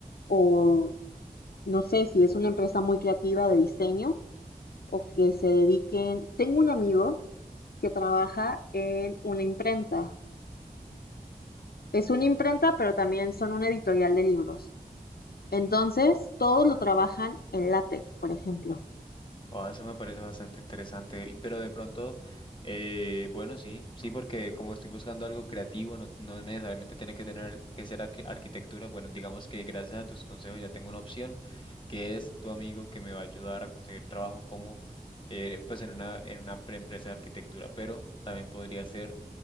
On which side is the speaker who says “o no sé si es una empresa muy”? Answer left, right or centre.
Left